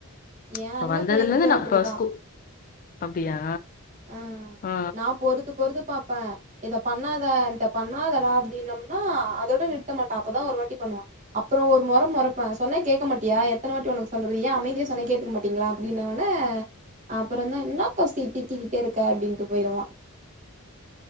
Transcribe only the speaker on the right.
ஏ
அண்ண
பிள்ளைங்களு
அப்டிதா
ஆஹ்
நா பொறுத்து பொறுத்து பாப்பே இத பண்ணாத இத பண்ணாதடா டீனம்னா அதோட நிறுத்த மாட்டா அப்பதா ஒரு வாட்டி பண்ணுவா அப்றொ ஒரு மொற மொறப்பே சொன்னா கேட்க மாட்டியா எத்தன வாட்டி ஒனக்கு சொல்றது ஏ அமைதியா சொன்னா கேட்டுக்க மாட்டிங்ளா அப்டினவொன அப்புறந்தா என்னாக்கா சீட்டி கத்திகிட்டே இருக்க அப்டின்ட்டு பொயிருவா